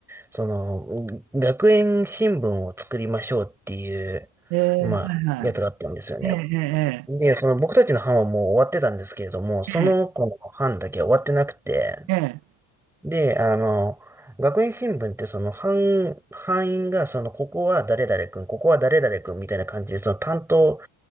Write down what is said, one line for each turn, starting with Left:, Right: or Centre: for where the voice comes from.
Centre: その、学園新聞を作りましょうっていう、
Right: ええ、
Centre: まあ、
Right: はいはい。
Centre: やつがあったんですよね。
Right: ええ、ええ、
Centre: で、その僕たちの班はもう終わってたんですけれども、その子の班だけ終わってなくて、
Right: ええ。ええ、
Centre: で、あの、学園新聞ってその班、班員がその、ここは誰々君、ここは誰々君みたいな感じで、その担当